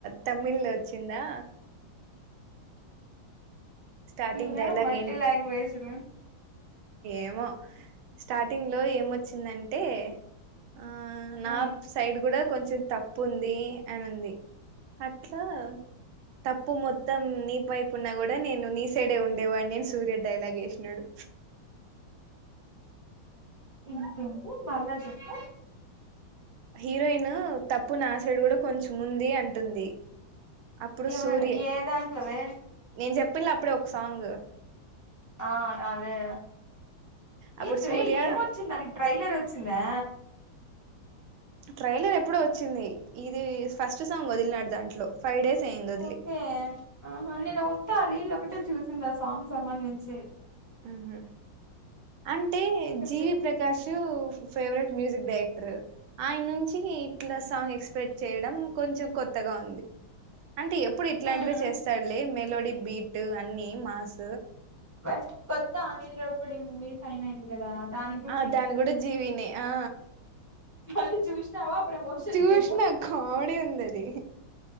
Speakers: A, on the right (about 85°); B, on the left (about 15°).
A: తమిళ్ వచ్చిందా స్టార్టింగ్
B: ఇంగా
A: డైలాగ్
B: మల్టీ
A: ఏం
B: లాంగ్వేజ్లు
A: ఏమో స్టార్టింగ్ లో ఏమొచ్చిందంటే ఆ
B: ఇంకేంటి
A: నా సైడ్ కూడా కొంచెం తప్పు ఉంది అన్ని ఉంది అట్లా తప్పు మొత్తం ని పైపు ఉన్నా కూడా నేను నీ సైడే ఉండేవాన్ని సూర్య డైలాగ్ ఎసినాడు
B: ఇంకేంటి మళ్ళ చెప్పు
A: హీరోయిన్ తప్పు నా సైడు కూడా కొంచెం ఉంది అంటుంది అప్పుడు
B: ఎవరు
A: సూరీ ఏ
B: దాంట్లోవే
A: నేను చెప్పిన్లే అప్పుడే ఒక సాంగ్
B: ఆ అదే
A: అప్పుడు
B: ఏంటిరే
A: సూర్య
B: ఏమొచ్చిందానీ ట్రైలర్ వచ్చిందా
A: ట్రైలర్ ఎప్పుడో వచ్చింది ఇది ఫస్ట్ సాంగ్ వదిలినాడు దాంట్లో ఫైవ్ డేస్ అయింది వదిలి
B: ఓకే ఆహా నేను ఉత్తా రీల్ ఒకటే చూసిన ఆ సాంగ్ సంబంధించి
A: ఉహు అంటే
B: చెప్పు
A: జీవి
B: చెప్పు
A: ప్రకాషు ఫేవరెట్ మ్యూజిక్ డైరెక్టర్ ఆయన నుంచి ఇట్లా సాంగ్ ఎక్స్‌పెక్ట్ చేయడం కొంచెం కొత్తగా ఉంది అంటే ఎప్పుడూ ఇట్లాంటివే
B: మ్మ్
A: చేస్తాడు లే మెలోడీ బీట్ అన్ని మాస్
B: బట్ కొత్త అనిల్ రావిపూడి మూవీ ఫైన్ అయింది కదా దాని గురించి
A: ఆ
B: ఏం
A: దాని కూడా జీవినే ఆ
B: పంది చూసినావా ప్రమోషన్
A: చూసిన
B: వీడియో
A: కామెడీ ఉంది అది